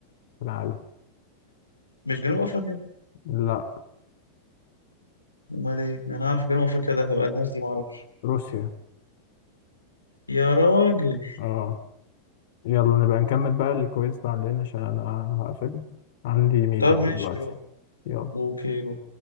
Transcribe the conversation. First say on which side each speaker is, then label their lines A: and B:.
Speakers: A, on the left; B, on the left.
A: في العالم
B: مش جنوب افريقيا
A: لا
B: امال ايه؟ انا عارف جنوب افريقيا ده هبقى الناس دي ما اعرفش
A: روسيا
B: يا راجل
A: اه يلا نبقى نكمل بقى الكويز بعدين عشان انا هقفل عندي ميتنج
B: طب ماشي
A: دلوقتي
B: روح
A: يلا
B: اوكي روح